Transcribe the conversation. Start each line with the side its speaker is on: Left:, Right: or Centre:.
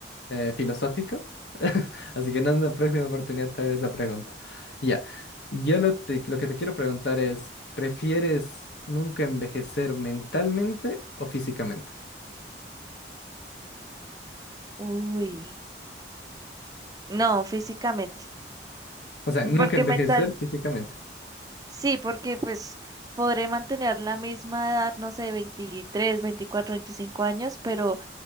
Left: eh, filosófico, <laughs> así que en una próxima oportunidad te haré esa pregunta. Ya, yo lo, te- lo que te quiero preguntar es, ¿prefieres nunca envejecer mentalmente o físicamente?
Right: Uy, no, físicamente,
Left: O sea, nunca
Right: porque
Left: envejecer
Right: mental,
Left: físicamente.
Right: sí, porque pues podré mantener la misma edad, no sé, 23 24 25 años, pero